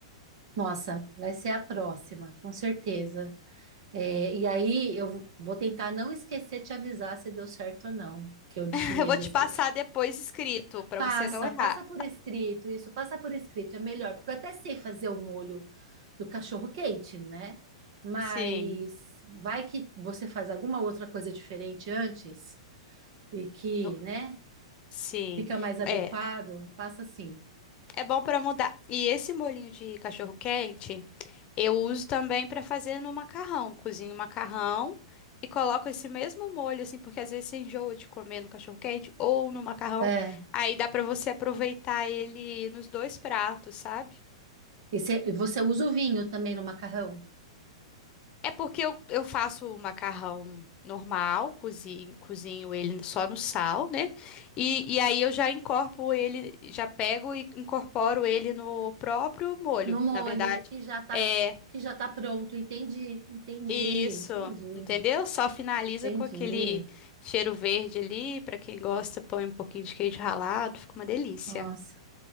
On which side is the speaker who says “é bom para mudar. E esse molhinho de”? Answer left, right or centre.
Left